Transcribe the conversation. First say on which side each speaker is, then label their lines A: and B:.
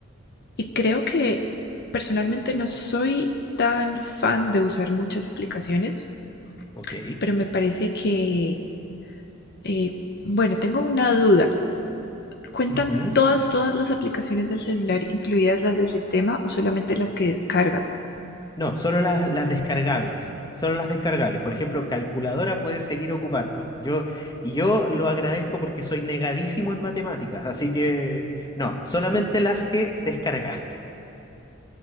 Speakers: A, on the left; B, on the left.
A: y creo que personalmente no soy tan fan de usar muchas aplicaciones,
B: Ok.
A: pero me parece que, eh, bueno, tengo una duda. ¿Cuentan
B: Ujú.
A: todas, todas las aplicaciones del celular, incluidas las del sistema o solamente las que descargas?
B: No, solo las, las descargables, solo las descargables. Por ejemplo, calculadora puede seguir ocupando. Yo, y yo lo agradezco porque soy negadísimo en matemáticas, así que no, solamente las que descargaste.